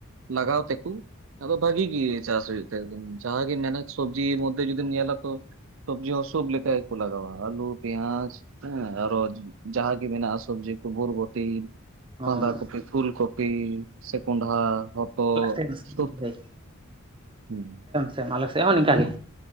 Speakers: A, on the right (about 60°); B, on the right (about 25°).
A: ᱞᱟᱜᱟᱣ ᱛᱮ ᱟᱫᱚ ᱵᱷᱟᱹᱜᱤ ᱜᱮ ᱪᱟᱥ ᱦᱩᱭᱩᱜ ᱛᱟᱭ ᱮᱠᱫᱚᱢ ᱡᱟᱜ ᱜᱮ ᱢᱮᱱᱟ ᱥᱚᱵᱽᱡᱤ ᱢᱚᱫᱽᱫᱷᱮ ᱡᱩᱫᱤᱢ ᱧᱮᱞᱟ ᱛᱚ ᱥᱚᱵᱽᱡᱤ ᱦᱚᱸ ᱥᱚᱵᱽ ᱞᱮᱠᱟ ᱜᱮ ᱠᱚ ᱞᱟᱜᱟᱣᱟ ᱟᱹᱞᱩ ᱯᱮᱸᱭᱟᱡᱽ ᱦᱮᱸ ᱟᱨᱚ ᱡᱟᱦᱟᱸ ᱜᱮ ᱢᱮᱱᱟᱜᱼᱟ ᱥᱚᱵᱽᱡᱤ ᱠᱩ ᱵᱩᱨ ᱵᱚᱴᱤ
B: ᱟᱞᱮ
A: ᱵᱟᱸᱫᱟ ᱠᱚᱯᱤ ᱯᱷᱩᱞ ᱠᱚᱯᱤ ᱥᱮ ᱠᱚᱸᱰᱷᱟ ᱦᱚᱛᱚᱫ
B: ᱥᱮᱱ ᱥᱮᱢ
A: ᱥᱚᱵ ᱦᱩᱸ
B: ᱥᱮᱢ ᱟᱞᱮ ᱥᱮᱫ ᱦᱚᱸ ᱱᱤᱝᱠᱟ ᱜᱮ